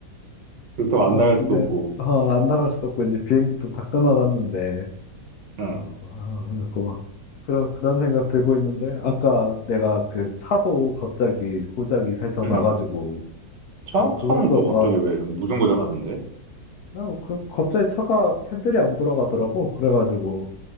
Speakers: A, on the right (about 70°); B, on the left (about 70°).
A: 그렇다고
B: 막,
A: 안 나갈
B: 근데,
A: 수도 없고.
B: 어, 안 나갈 수도 없고, 이제 비행기도 다 끊어놨는데.
A: 어,
B: 아이고, 아, 그리고, 그런, 그런 생각 들고 있는데, 아까 내가 그 차도 갑자기 고장이 살짝
A: 응.
B: 나가지고,
A: 차?
B: 아, 그것도,
A: 차는 또 갑자기
B: 아,
A: 왜 무슨 거죠 가는데?
B: 아, 뭐 그, 갑자기 차가 핸들이 안 돌아가더라고. 그래가지고,